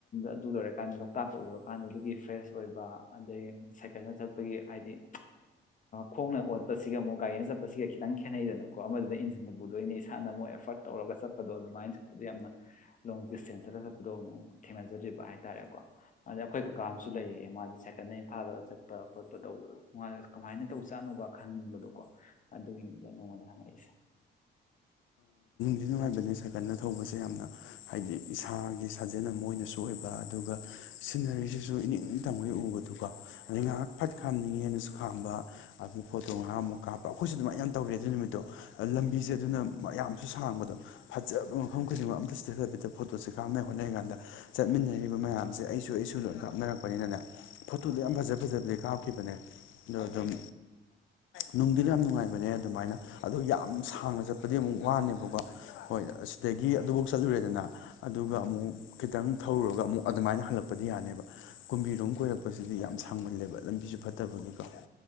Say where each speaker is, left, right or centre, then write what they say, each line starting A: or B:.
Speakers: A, on the left (about 40°); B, on the left (about 75°).
A: ꯑꯗꯨꯗꯔ ꯂꯣꯛꯇꯥꯛꯀ ꯎꯔ ꯀꯥꯟꯗ ꯑꯗꯨꯒꯤ ꯐ꯭ꯔꯦꯁ ꯑꯣꯏꯕ ꯑꯗꯩ ꯁꯥꯏꯀꯜꯅ ꯆꯠꯄꯒꯤ ꯍꯥꯏꯗꯤ ꯈꯣꯡꯅ ꯑꯣꯠꯄꯁꯤꯒ ꯑꯃꯨꯛ ꯒꯥꯔꯤꯅ ꯆꯠꯄꯁꯤꯒ ꯈꯤꯇꯪ ꯈꯦꯠꯅꯩꯗꯅꯀꯣ ꯑꯃꯗꯨꯅ ꯏꯟꯖꯤꯟꯗ ꯄꯨꯗꯣꯏꯅꯤ ꯏꯁꯥꯅ ꯑꯃꯨꯛ ꯑꯦꯐꯔꯠ ꯇꯧꯔꯒ ꯆꯠꯄꯗꯣ ꯑꯗꯨꯃꯥꯏꯅ ꯆꯠꯄꯗꯣ ꯌꯥꯝꯅ ꯂꯣꯡ ꯗ꯭ꯤꯁꯇ꯭ꯦꯟꯁꯇꯒ ꯆꯠꯄꯗꯣ ꯑꯃꯨꯛ ꯊꯦꯡꯅꯖꯗ꯭ꯔꯤꯕ ꯍꯥꯏꯕ ꯍꯥꯏꯇꯥꯔꯦꯀꯣ ꯑꯗꯩ ꯑꯩꯈꯣꯏ ꯀꯀꯥ ꯑꯃꯁꯨ ꯂꯩꯌꯦ ꯃꯥꯗꯤ ꯁꯥꯏꯀꯜꯗ ꯏꯝꯐꯥꯜꯗ ꯆꯠꯄ ꯈꯣꯠꯄ ꯇꯧꯕꯗꯣ ꯃꯥꯗꯣ ꯀꯃꯥꯏꯅ ꯇꯧ ꯖꯥꯠꯅꯣꯒ ꯈꯪꯅꯤꯡꯕꯗꯣꯀꯣ ꯑꯗꯨꯒꯤꯅꯤꯗ ꯅꯉꯣꯟꯗ ꯍꯪꯉꯛꯏꯁꯦ
B: ꯅꯨꯡꯉꯥꯢꯕꯅꯦ ꯁꯥꯏꯀꯟꯗ ꯊꯧꯕꯁꯦ ꯌꯥꯝꯅ ꯍꯥꯏꯗꯤ ꯏꯁꯥꯒꯤ
A: ꯎꯝ
B: ꯁꯥꯖꯟ ꯑꯃ ꯑꯣꯏꯅ ꯁꯨ ꯑꯣꯏꯕ ꯑꯗꯨꯒ ꯁꯤꯖꯤꯟꯅꯔꯤꯁꯤꯁꯨ ꯏꯅꯤꯡꯇꯝꯒꯩ ꯎꯕꯗꯨꯀꯣ ꯑꯗꯩ ꯉꯍꯥꯛ ꯐꯠ ꯈꯥꯅꯤꯡꯉꯦꯅꯁꯨ ꯈꯝꯕ ꯑꯗꯨ ꯐꯣꯇꯣ ꯉꯥꯛ ꯑꯃꯨꯛ ꯀꯥꯞꯄ ꯑꯩꯈꯣꯏꯁꯨ ꯑꯗꯨꯃꯥꯏꯅ ꯌꯥꯝ ꯇꯧꯔꯛꯑꯦ ꯑꯗꯨ ꯅꯨꯃꯤꯠꯇꯣ ꯂꯝꯕꯤꯁꯦ ꯑꯗꯨꯅ ꯃꯌꯥꯝꯁꯨ ꯁꯥꯡꯕꯗꯣ ꯐꯖꯕ ꯃꯐꯝ ꯈꯨꯗꯤꯡꯃꯛ ꯑꯝꯇ ꯆꯤꯊꯕꯤꯗ ꯐꯣꯇꯣꯁꯦ ꯀꯥꯞꯅ ꯍꯣꯠꯅꯔꯤ ꯀꯥꯟꯗ ꯆꯠꯃꯤꯟꯅꯔꯤꯕ ꯃꯌꯥꯝꯁꯦ ꯑꯩꯁꯨ ꯑꯩꯁꯨ ꯂꯣꯏ ꯀꯥꯞꯅꯔꯛꯄꯅꯤꯅ ꯐꯣꯇꯣꯗꯣ ꯌꯥꯝ ꯐꯖ ꯐꯖꯕꯗꯤ ꯀꯥꯞꯈꯤꯕꯅꯦ ꯑꯗꯣ ꯑꯗꯨꯝ ꯅꯨꯡꯗꯨꯗ ꯌꯥꯝ ꯅꯨꯡꯉꯥꯏꯕꯅꯦ ꯑꯗꯨꯃꯥꯏꯅ ꯑꯗꯣ ꯌꯥꯝ ꯁꯥꯡꯅ ꯆꯠꯄ ꯗꯤ ꯑꯃꯨꯛ ꯋꯥꯅꯦꯕꯀꯣ ꯍꯣꯏ ꯑꯁꯤꯗꯒꯤ ꯑꯗꯨꯐꯧ ꯆꯠꯂꯨꯔꯦꯗꯅ ꯑꯗꯨꯒ ꯑꯃꯨꯛ ꯈꯤꯇꯪ ꯊꯧꯔꯨꯔꯒ ꯑꯃꯨꯛ ꯑꯗꯨꯃꯥꯏꯅ ꯍꯜꯂꯛ <unintelligible>